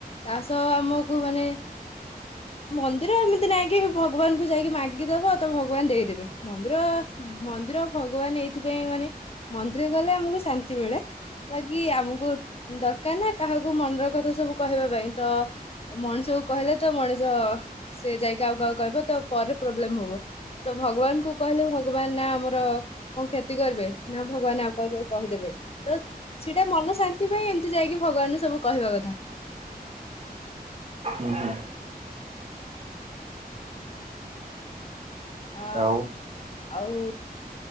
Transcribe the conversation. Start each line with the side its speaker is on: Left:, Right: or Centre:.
Left: ତା ସହ ଆମକୁ ମାନେ ମନ୍ଦ୍ ଏମିତି ନାଇଁ କି ଭଗବାକୁ ଯାଇକି ମାଗିଦବ ତ ଭଗବାନ ଦେଇଦେବେ, ମନ୍ଦିର, ମନ୍ଦିର ଭଗବାନ ଏଇଥିପାଇଁ ମାନେ ମନ୍ଦିର ଗଲେ ଆମକୁ ଶାନ୍ତି ମିଳେ ବାକି ଆମକୁ ଦରକାର ନା କାହାକୁ ମନର କଥା ସବୁ କହିବା ପାଇଁ ତ ମଣିଷକୁ କହିଲେ ତ ମଣିଷ ସେ ଯାଇକି ଆଉ କହାକୁ କହିବ ତ ପରେ ପ୍ରୋବ୍ଲେମ ହବ ତ ଭଗବାନକୁ କହିଲେ ଭଗବାନ ନା ଆମର କଣ କ୍ଷତି କରିବେ ନା ଭଗବାନ ଆଉ କାହାକୁ ଯାଇକି କହିଦେବେ ତ ସେଟା ମନ ଶାନ୍ତି ପାଇଁ ଏମିତି ଯାଇକି ଭଗବାନକୁ ସବୁ କହିବା କଥା।
Right: ଉଁ ହୁଁ
Left: ଆଆ
Right: ଆଉ
Left: ଉ ଆଉ